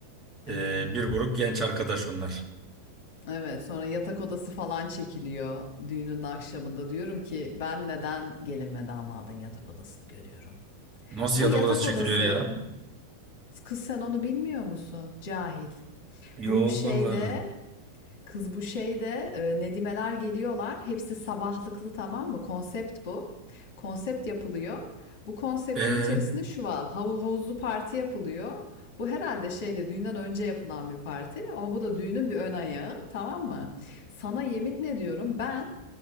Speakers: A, on the left; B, on the right.
A: E,
B: e,
A: Aynen.
B: bir grup genç arkadaş onlar.
A: Evet, sonra yatak odası falan çekiliyor düğünün akşamında. Diyorum ki ben neden gelin ve damadın yatak odasını görüyorum?
B: Nasıl
A: Bu
B: yatak
A: yatak
B: odası çekiliyor
A: odası,
B: ya?
A: kız sen onu bilmiyor musun? Cahil. Bu
B: Yok
A: şeyde
B: valla.
A: kız bu şeyde e, Nedimeler geliyorlar. Hepsi sabahlıklı tamam mı? Konsept bu. Konsept yapılıyor. Bu konseptin
B: Ee,
A: içerisinde şu var. Havuz, havuzlu parti yapılıyor. Bu herhalde şeyde düğünden önce yapılan bir parti ama bu da düğünün bir ön ayağı tamam mı? Sana yemin ediyorum ben